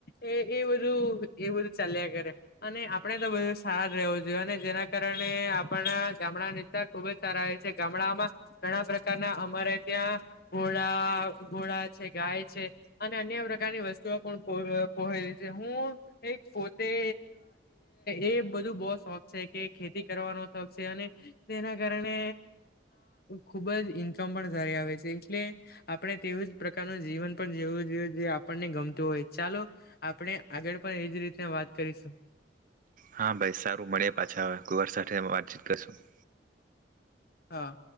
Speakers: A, on the left; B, on the right.
A: એ એ. બધું એ બધું ચાલ્યા કરે અને આપણેે તો બધો સાર રહેવો જોઈએ અને જેના કારણે. પણ ગામડા નેતા. ખુબ જ સારા હો છે ગામડામાં ઘણા પ્રકારના અમારે ત્યાં ઘોળ ઘોળ. ગાય છે અને અન્ય પ્રકારની વસ્તુઓ પણ પલી છે હું એક પોતે. એ બધું બહ શોખ છે કે ખેતી કરવાનો શોખ છે અને. તેના કારણે ખુબ જ ઇન્કમ પણ સારી આવે છે એટલે આપણે તેવું જ. પ્રકારનું જીવન પણ જેવું જે આપણને ગમતું હોય ચાલો આપણે આગળ પણ એજ રીતના. વાત કરીશું.
B: હા ભાઈ સારું મળે પાછા આવે કુવાર સાથે વાતચીત કરશું.
A: હા.